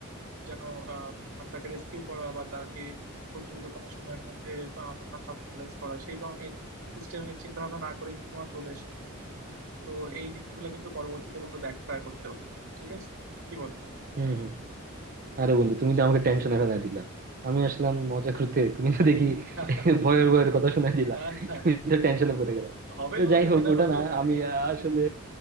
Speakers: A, on the right; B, on the right.
A: যেন আহ মানে তাকে রেস্কিউ করা বা তাকে খুব দ্রুততম সময়ের মধ্যে হসপিটালাইজ করা সেই ধরনের সিস্টেমের চিন্তা ভাবনা না করে কিন্তু তোমার চলে এসেছো তো এই জিনিসগুলো কিন্তু পরবর্তীতে বন্ধু ব্যাকফায়ার করতে পারে ঠিক আছে কি বলো
B: হম আরে বন্ধু তুমি তো আমাকে টেনশনে ফেলাই দিলা আমি আসলাম মজা করতে তুমি তো দেখি
A: <laughs>
B: ভয়ের ভয়ের কথা শুনাই দিলা
A: না না
B: আমি তো টেনশনে পড়ে গেলাম
A: হবেই
B: তো
A: বলতেছি
B: যাই হোক
A: না
B: ওটা
A: হইতেও
B: না
A: পারে
B: আমি আসলে